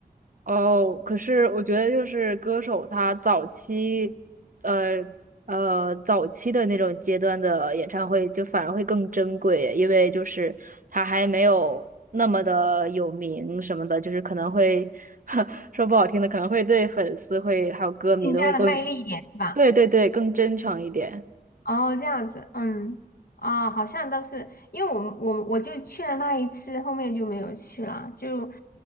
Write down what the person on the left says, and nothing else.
更加的卖力一点是吧？
哦，这样子，嗯，啊，好像都是，因为我们我我就去了那一次，后面就没有去了，就